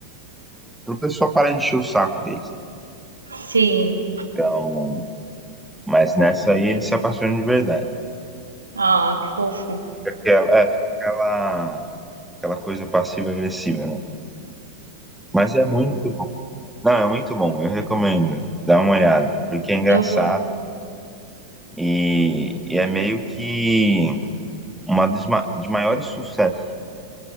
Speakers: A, in the centre; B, on the right.
A: pro pessoal parar de encher o saco deles.
B: Sim.
A: Então, mas nessa aí ele se apaixona de verdade.
B: Ah, que fofo.
A: Porque ela- É, fica aquela, aquela coisa passiva-agressiva, né? Mas é muito bom. Não, é muito bom, eu recomendo. Dá uma olhada, porque é engraçado
B: Eu vou.
A: e, e é meio que uma dos ma- de maiores sucessos,